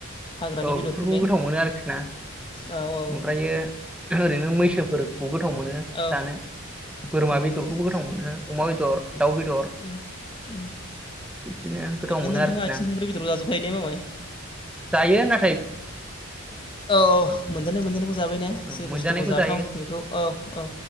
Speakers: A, on the left; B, in the centre.
A: हाग्रानि
B: औ
A: बेदरफोरनि
B: बेफोरखौ गोथाव मोनो आरोखि ना
A: औ औ
B: ओमफ्रायो ओरैनो मैसोफोरखौ गोथाव मोनो
A: औ
B: जानो। बोरमा
A: गोथाव मोनो
B: बेदरखौबो
A: ने
B: गोथाव मोनो अमा
A: औ
B: बेदर दाउ बेदर।
A: उम उम
B: बिदिनो गोथाव
A: ओरैनो
B: मोनो
A: नोंथाङा
B: आरोखि
A: आथिं
B: ना
A: थोंब्रै बेदरखौ जाजोबखायो ने मामाय?
B: जायो ना
A: औ औ मोनजानाय मोनजानायखौ जाबाय ने
B: औ
A: जे
B: मोनजानायखौ
A: बुस्थुखौ जाथाव
B: जायो
A: बेखौ औ औ